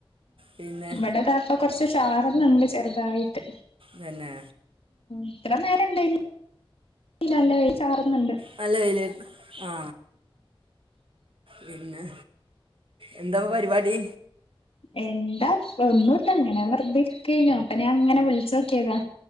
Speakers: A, on the right; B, on the left.
A: പിന്നെ
B: ഇവിടെതാപ്പ കൊറച്ച് ചാറന്നുണ്ട് ചെറുതായിട്ട്
A: പിന്നെ
B: ഇത്ര നേരം ഇണ്ടായില്ല നല്ല മഴ ചാറുന്നുണ്ട്
A: നല്ല വെയിലായിരുന്നു ആ പിന്നെ എന്താവാ പരിപാടി
B: എന്താപ്പ ഒന്നുല്ലങ്ങനെ അങ്ങനെ വെറതെ ഇരിക്കഞ്ഞു അപ്പൊ ഞാൻ അങ്ങനെ വിളിച്ചോക്കിയതാ